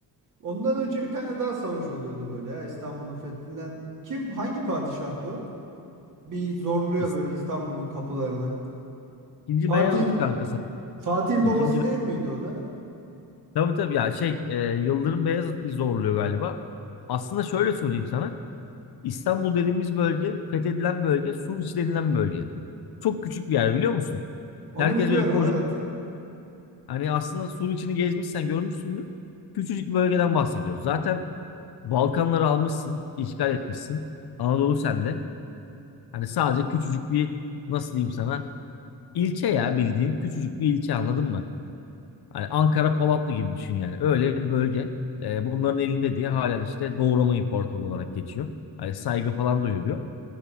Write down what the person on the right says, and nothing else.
Ondan önce bir tane daha savaş oluyordu böyle ya İstanbul'un fethinden. Kim hangi padişahtı o? Bir zorluyor
böyle İstanbul'un kapılarını.
Fatih'in
Fatih'in
babası
değil miydi o da?
Onu
biliyorum
evet.